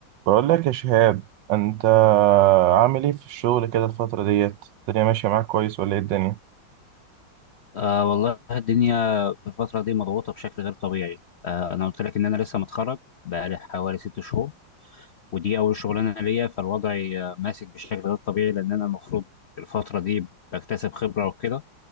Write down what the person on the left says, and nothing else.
آه والله الدنيا في الفترة دي مضغوطة بشكل غير طبيعي آه أنا قلت لك إن أنا لسه متخرج بقالي حوالي ست شهور ودي أول شغلانة ليا فالوضع آه، ماسك بشكل غير طبيعي لأن أنا المفروض الفترة دي بكتسب خبرة وكده